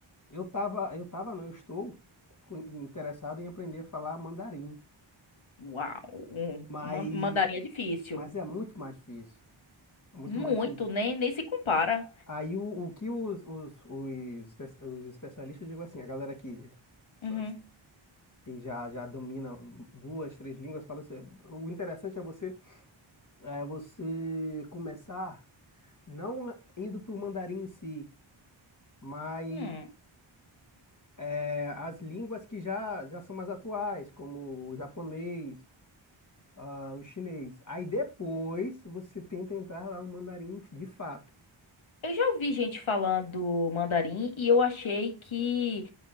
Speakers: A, on the left; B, on the left.
A: Eu tava, eu tava, não, eu estou com- interessado em aprender a falar mandarim.
B: Uau, um
A: Mas,
B: man- mandarim é difícil.
A: mas é muito mais difícil. É muito
B: Muito,
A: mais difícil.
B: nem, nem se compara.
A: Aí o, o que os, os, os, espe- os especialistas, eu digo assim, a galera que, sa-
B: Uhum.
A: que já, já domina duas, três línguas, fala assim, o interessante é você, é você começar não indo para o mandarim em si, mas
B: Hum.
A: é, as línguas que já, já são mais atuais, como o japonês, ah, o chinês. Aí depois você tenta entrar lá no mandarim de fato.
B: Eu já ouvi gente falando mandarim e eu achei que